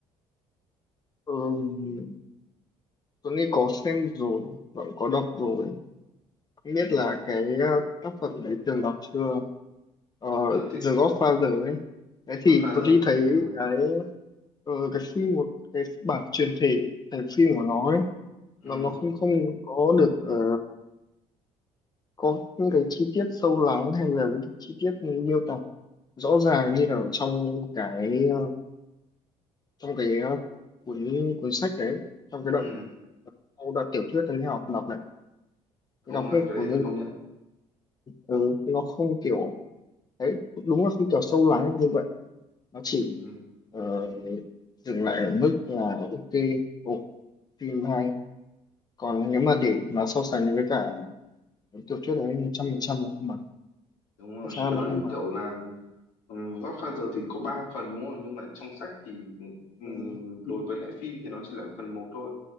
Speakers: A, on the left; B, on the left.
A: ừ, Tuấn Anh có xem rồi vẫn có đọc rồi không
B: Ừ,
A: biết là cái ờ, tác phẩm đấy từng đọc chưa ờ,
B: ờ, thì
A: The Godfather ấy đấy
B: Godfather.
A: thì Tuấn Anh thấy
B: Ờ,
A: cái ờ, cái phim một cái bản truyền thể thành phim của nó ấy
B: ừ,
A: nó nó không không có được ờ, có những cái chi tiết sâu lắng hay là những cái chi tiết miêu tả rõ ràng như là ở trong cái ờ, trong cái ờ, cuốn cuốn sách đấy trong cái đoạn
B: ừ,
A: trong đoạn tiểu thuyết anh học đọc này cái
B: đúng
A: đọc
B: rồi,
A: hết
B: cái
A: của
B: đấy
A: nên
B: từng công nhận.
A: ừ, nó không kiểu đấy đúng là không kiểu sâu lắng như vậy nó chỉ
B: Ừ,
A: ờ, dừng lại ở mức là ok ồ phim hay còn nếu mà để mà so sánh với cả cuốn tiểu thuyết đấy một trăm phần trăm nó không bằng
B: đúng rồi,
A: chắc chắn
B: cảm
A: là nó
B: giác
A: không
B: như
A: bằng
B: kiểu là ừ, Godfather thì có 3 phần đúng không? Nhưng mà trong sách thì ừ,
A: ừ,
B: đối với lại phim thì nó chỉ là phần một thôi.